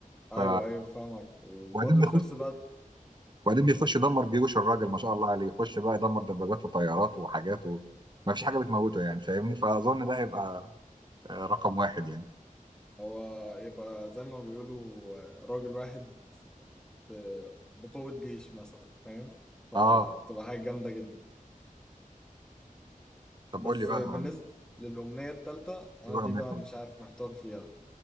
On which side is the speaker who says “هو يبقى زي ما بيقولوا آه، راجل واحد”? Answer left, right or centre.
Centre